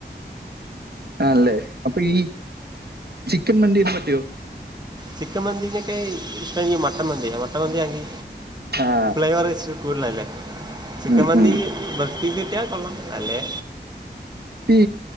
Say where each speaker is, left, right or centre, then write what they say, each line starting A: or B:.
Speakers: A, on the right; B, on the right.
A: ആഹ് ല്ലേ അപ്പൊ ഈ ചിക്കൻ മന്തീനെ പറ്റിയോ
B: ചിക്കൻ മന്തീനേക്കായി ഇഷ്ടം എനിക്ക് മട്ടൻ മന്തിയാ മട്ടൻ മന്തി ആങ്കി
A: ആ
B: ഫ്ലേവർ വെച്ച് കൂടുതലല്ലേ ചിക്കൻ
A: ഉം
B: മന്തി
A: ഉം
B: ബെസ്റ്റ് പീസ് കിട്ടിയാ കൊള്ളാം അല്ലേ
A: ഈ